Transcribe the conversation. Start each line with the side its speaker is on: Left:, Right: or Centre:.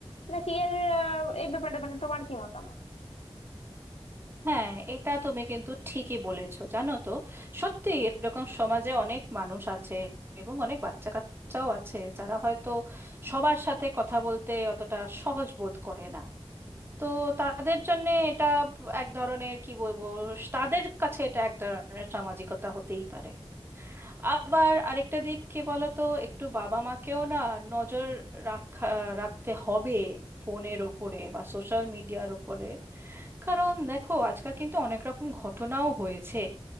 Left: নাকি এর আহ, এই ব্যাপারে মানে তোমার কি মতামত
Right: হ্যাঁ এটা তুমি কিন্তু ঠিকই বলেছো জানো তো সত্যি এরকম সমাজে অনেক মানুষ আছে এবং অনেক বাচ্চা কাচ্চাও আছে যারা হয়তো সবার সাথে কথা বলতে অতটা সহজ বোধ করে না তো তাদের জন্য এটা এক ধরনের কি বলবো তাদের কাছে এটা এক ধরনের সামাজিকতা হতেই পারে আবার আরেকটা দিক কি বলতো একটু বাবা মাকেও না নজর রাখা রাখতে হবে ফোনের ওপরে বা সোশ্যাল মিডিয়ার ওপরে কারণ দেখো আজকাল কিন্তু অনেক রকম ঘটনাও হয়েছে